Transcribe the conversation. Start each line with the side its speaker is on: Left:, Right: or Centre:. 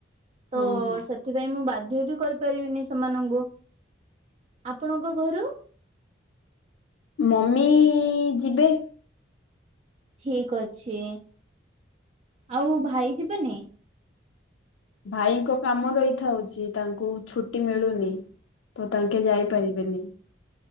Right: ତୋ
Left: ହଁ
Right: ସେ
Left: ହଁ
Right: ସେଥିପାଇଁ ମୁଁ ବାଧ୍ୟ ବି କରିପାରିବିନି ସେମାନଙ୍କୁ। ଆପଣଙ୍କ ଘରୁ?
Left: ମମି ଯିବେ।
Right: ଠିକି ଅଛି। ଆଉ ଭାଇ ଯିବେନି?
Left: ଭାଇଙ୍କ କାମ ରହିଥାଉଛି ତାଙ୍କୁ ଛୁଟି ମିଳୁନି। ତ ତାଙ୍କେ ଯାଇପାରିବ ଯାଇପାଇଲେନି।